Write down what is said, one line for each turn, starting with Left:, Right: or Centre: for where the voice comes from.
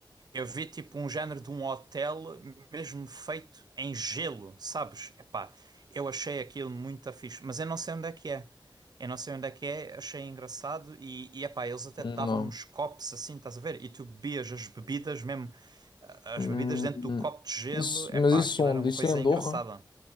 Right: eu vi tipo um género de um hotel mesmo feito em gelo, sabes? Epá, eu achei aquilo muito fixe, mas eu não sei onde é que é. Eu não sei onde é que é, achei engraçado e, e epá, eles até te davam
Left: não.
Right: uns copos assim, estás a ver? E tu bebias as bebidas mesmo, ah, as
Left: Hum,
Right: bebidas dentro do copo de gelo,
Left: isso-
Right: epá,
Left: mas isso
Right: aquilo
Left: onde?
Right: era uma
Left: Isso
Right: coisa
Left: é Andorra?
Right: engraçada.